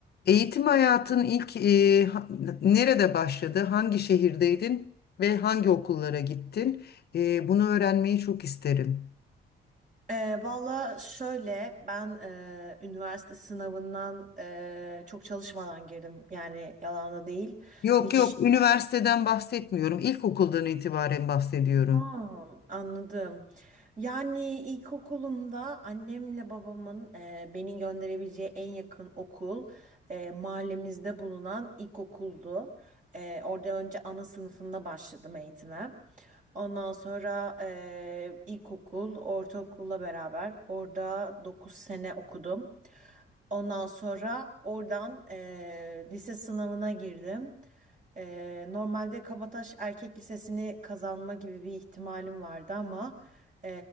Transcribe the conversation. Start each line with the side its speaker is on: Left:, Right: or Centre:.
Left: Eğitim hayatın ilk e, ha- nerede başladı? Hangi şehirdeydin ve hangi okullara gittin? E, bunu öğrenmeyi çok isterim.
Right: Ee, valla şöyle ben e, üniversite sınavından e, çok çalışmadan girdim yani yalan da değil
Left: Yok
Right: hiç
Left: yok, üniversiteden bahsetmiyorum. İlkokuldan itibaren bahsediyorum.
Right: Ha, anladım yani ilkokulumda annemle babamın e, beni gönderebileceği en yakın okul e, mahallemizde bulunan ilkokuldu E, orada önce ana sınıfında başladım eğitime ondan sonra e, ilkokul ortaokulla beraber orada 9 sene okudum Ondan sonra oradan eee, lise sınavına girdim. Eee, normalde Kabataş Erkek Lisesi'ni kazanma gibi bir ihtimalim vardı ama eee,